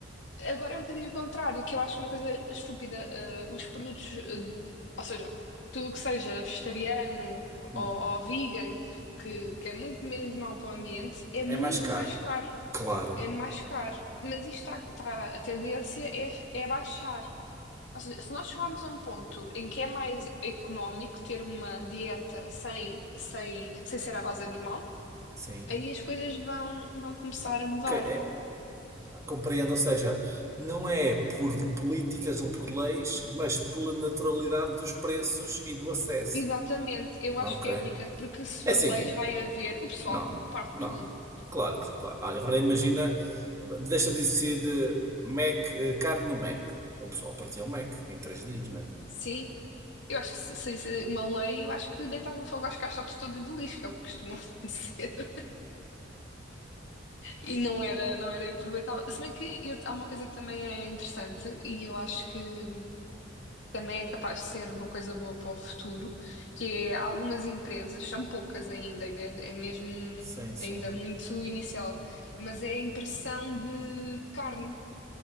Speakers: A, on the left; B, on the right.
A: agora é um bocadinho o contrário, que eu acho uma coisa estúpida. eh, os produtos, eh, ou seja, tudo o que seja vegetariano
B: Hum,
A: ou, ou vegan, que, que é muito menos mau para o ambiente, é
B: É
A: muito
B: mais caro.
A: mais caro
B: Claro.
A: é mais caro. Mas isto está, está- a tendência é, é baixar. Ou seja, se nós chegarmos a um ponto em que é mais económico ter uma dieta sem, sem, sem ser à base animal,
B: Sim.
A: aí as coisas vão, vão começar a mudar.
B: que é, compreendo, ou seja, não é por políticas ou por leis, mas pela naturalidade dos preços e do acesso.
A: Exatamente, eu
B: Ok.
A: acho que é
B: É
A: a única, porque se for
B: assim,
A: leis vai haver, o pessoal
B: não, não,
A: parte
B: não.
A: tudo,
B: Claro, claro. Olha, agora imagina, deixa de ser de Mac, eh, carne no Mac. O pessoal partiu o Mac em três dias, não é?
A: sim. Eu acho que se, se, se uma lei, eu acho que deitava fogo às caixotes todas de lixo, que é o que costumam <laughs> fazer. E não era, não era aproveitável. Se bem que eu- há uma coisa que também é interessante e eu acho que, que também é capaz de ser uma coisa boa para o futuro, que é algumas empresas, são poucas ainda, ainda é é mesmo
B: Sim, sim.
A: ainda muito inicial, mas é a impressão de carne.